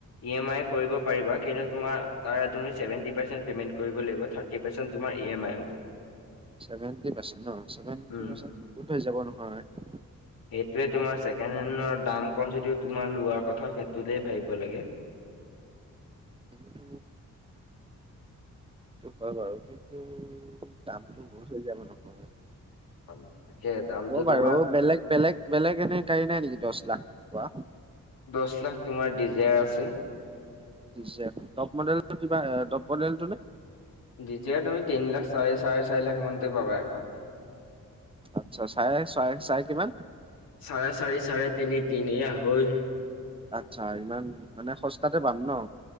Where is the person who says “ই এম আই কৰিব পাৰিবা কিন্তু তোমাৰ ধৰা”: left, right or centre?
Left